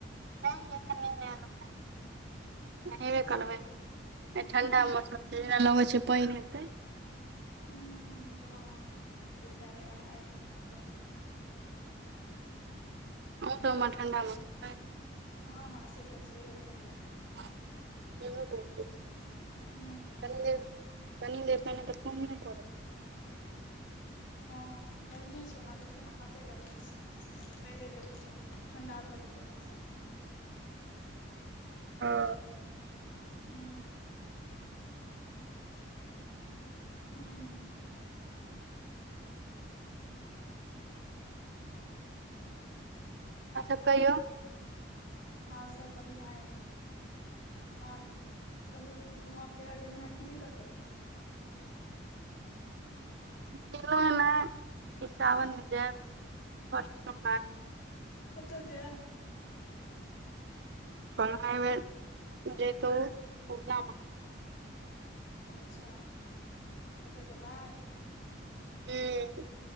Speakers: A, on the right (about 60°); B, on the left (about 70°).
A: नहि एखन नहि नहेलौ हैं नहेबे
B: अच्छा
A: करबै। आय ठंडा मौसम छैय जेना लगे छैय पइन हेतै।
B: हूं हँ बुझैया हैत कनि पइन आय।
A: अहुँ सबमें ठण्डा मौसम आइ।
B: हँ से तऽ छैहे ठंडा।
A: हम बलती
B: हूँ।
A: कनि देर कनि नहि कनि देर पइने पड़ै।
B: हँ बढ़िए छैय ना दे केना कते गर्मी छैयकनि पैरे जेतै तऽ ठण्डा भऽ जेतै मौसम।
A: हँ।
B: हूं। हूं।
A: अच्छा कहियौ।
B: आओर सब बढ़िआँ अइ आओर कहु। घुमऽ फिरऽ गेलौ हैं कि नहि कतौ?
A: गेलों ये नहि ई सावन में जैब फर्स्ट सोमबारी।
B: कतऽ जैब।
A: ओना अइ बेर जैतौं उग्ना महा
B: अच्छा ओ तऽ जेबाय।
A: हूं